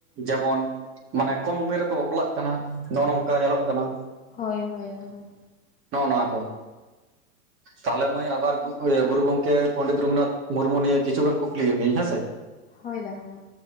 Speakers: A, on the right (about 30°); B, on the left (about 20°).
A: ᱡᱮᱢᱚᱱ ᱢᱟᱱᱮ ᱠᱚᱢ ᱩᱢᱮᱨ ᱨᱮ ᱠᱚ ᱵᱟᱯᱞᱟᱜ ᱠᱟᱱᱟ ᱱᱚᱜᱼᱱᱚᱝᱼᱠᱟ ᱧᱮᱞᱚᱜ ᱠᱟᱱᱟ᱾
B: ᱦᱚᱭ ᱦᱚᱭ ᱦᱚᱭ
A: ᱱᱚᱜ ᱱᱚᱣᱟ ᱠᱚ ᱛᱟᱦᱚᱞᱮ ᱢᱟᱹᱭ ᱟᱵᱟᱨ ᱜᱩᱨᱩ ᱜᱚᱝᱠᱮ ᱯᱚᱸᱰᱤᱛ ᱨᱚᱜᱷᱩᱱᱟᱛᱷ ᱢᱩᱨᱢᱩ ᱱᱤᱭᱟᱹ ᱠᱤᱪᱷᱩ ᱜᱟᱱ ᱠᱩᱼᱼ <unintelligible> ᱦᱮᱸ ᱥᱮ
B: ᱦᱚᱭ ᱫᱟ ᱦᱚᱭ